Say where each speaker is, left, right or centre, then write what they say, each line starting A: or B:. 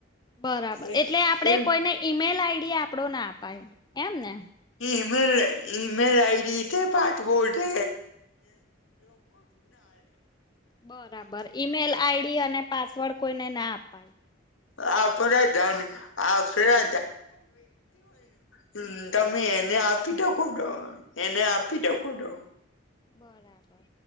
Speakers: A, on the left; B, on the left.
A: બરાબર
B: એ
A: એટલે આપડે કોઈને ઈમેલ આઈડી આપડો ના અપાય એમ ને
B: ઇમેલ ઇમેલ આઈડી તે પાઠ બોર્ડ <inaudible>
A: બરાબર ઈમેલ આઈડી અને પાસવર્ડ કોઈને ના અપાય.
B: <inaudible> હોય હમ તમે એને આપી <inaudible> એને આપી <inaudible>
A: બરાબર